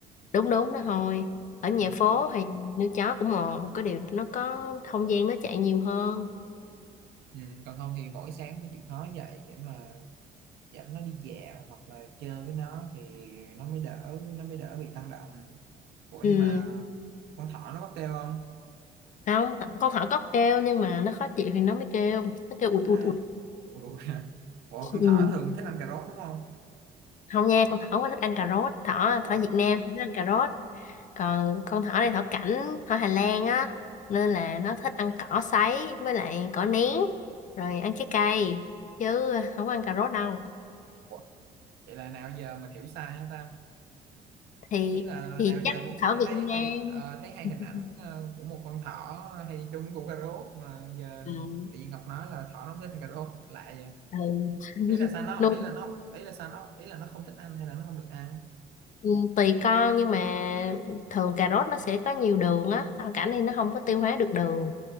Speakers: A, on the left; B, on the right.
A: đúng đúng đó thôi ở nhà
B: Ừm,
A: phố hay nuôi chó cũng một có điều nó có không gian nó chạy nhiều hơn
B: ừm, còn không thì mỗi sáng phải chịu khó dậy để mà dẫn nó đi dạo hoặc là chơi với nó thì nó mới đỡ nó mới đỡ bị tăng động ủa
A: ừ.
B: nhưng mà con thỏ nó có kêu không
A: không th- con thỏ có kêu nhưng mà nó khó chịu thì nó mới kêu nó kêu ụt
B: à
A: ụt ụt
B: ủa đúng rồi. ủa
A: ừ.
B: con thỏ thường thích ăn cà rốt đúng không
A: không nha con thỏ quá thích ăn cà rốt thỏ
B: ủa
A: thỏ Việt Nam thích ăn cà rốt còn con thỏ này thỏ cảnh thỏ Hà Lan á nên là nó thích ăn cỏ sấy với lại cỏ nén rồi ăn trái cây chứ không ăn cà rốt đâu
B: Ủa? vậy là nào giờ mình hiểu sai hả ta
A: thì
B: ý là
A: thì
B: nào giờ
A: chắc
B: cũng cứ
A: thỏ Việt
B: thấy
A: Nam
B: hay ờ, thấy hay
A: <laughs>
B: hình ảnh ờ, của một con thỏ hay đi chung củ cà rốt mà giờ
A: ừ.
B: tự nhiên Ngọc nói là thỏ nó không thích ăn cà rốt lạ vậy
A: ừ. <laughs>
B: ý là sao nó
A: nuôi
B: ý là nó ý là sao nó ý là nó không thích ăn hay là nó không được ăn
A: Ừ, tùy con nhưng mà thường cà rốt nó sẽ có nhiều đường á rau cảnh thì nó không có tiêu hóa được đường